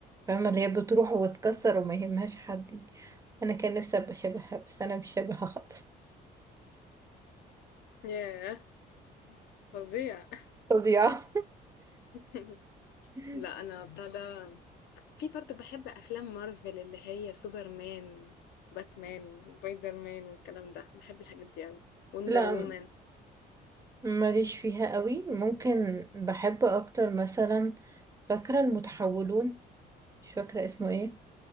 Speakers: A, on the right; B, on the left.
A: فاهمة اللي هي بتروح وتكسر وما يهمهاش حد أنا كان نفسي أبقى شبهها بس أنا مش شبهها خالص
B: ياه فظيع
A: فظيعة
B: <laughs>
A: <laughs>
B: لا انا بتاع ده في برضه بحب افلام مارفل اللي هي سوبرمان وباتمان وسبايدر مان والكلام ده بحب الحاجات دي قوي وندر
A: لا
B: وومن
A: ماليش فيها قوي ممكن بحب أكتر مثلا فاكرة المتحولون مش فاكرة اسمه ايه